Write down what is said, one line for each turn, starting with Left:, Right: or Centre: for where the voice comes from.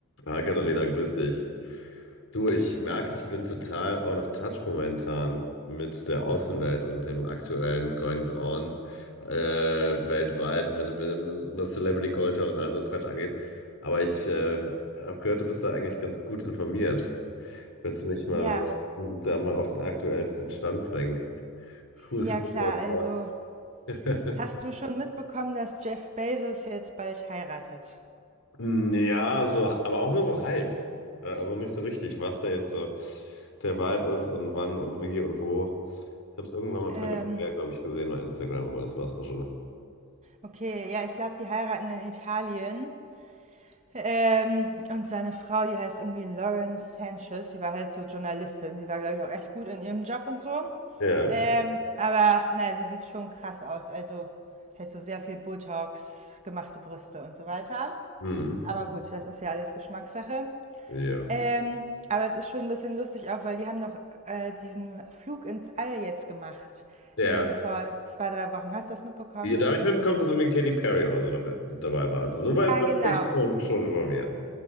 Left: Hi Katharina, grüß dich. Du, ich merke, ich bin total out of touch momentan mit der Außenwelt und dem aktuellen Goings on äh, weltweit, mit, mit, was Celebrity Culture und all so ein Quatsch angeht. Aber ich äh, habe gehört, du bist da eigentlich ganz gut informiert. Willst du mich mal
Right: Ja,
Left: da mal auf den aktuellsten Stand bringen? Who's
Right: ja
Left: who?
Right: klar.
Left: what,
Right: Also,
Left: what? <laughs>
Right: hast du schon mitbekommen, dass Jeff Bezos jetzt bald heiratet?
Left: Ja, so, aber auch nur so halb. Äh, Also nicht so richtig, was da jetzt so der Vibe ist und wann und wie und wo. Ich habe es irgendwann mal
Right: Ähm,
Left: peripher, glaube ich, gesehen bei Instagram, aber das war es auch schon.
Right: okay, ja, ich glaube, die heiraten in Italien. Ähm, und seine Frau, die heißt irgendwie Lauren Sanchez, Sie war halt so Journalistin. Sie war, glaube ich, auch echt gut in ihrem Job und so.
Left: Ja.
Right: Ähm, aber naja, sie sieht schon krass aus. Also halt so sehr viel Botox, gemachte Brüste und so weiter.
Left: Mhm.
Right: Aber gut, das ist ja alles Geschmackssache.
Left: Ja.
Right: Ähm, aber es ist schon ein bisschen lustig auch, weil die haben noch äh, diesen Flug ins All jetzt gemacht.
Left: Ja.
Right: Irgendwie vor zwei, drei Wochen. Hast du das mitbekommen?
Left: Ja, da habe ich mitbekommen, dass irgendwie Katy Perry oder so damit, dabei war. Also soweit
Right: Ja,
Left: bin
Right: genau.
Left: ich schon, schon informiert.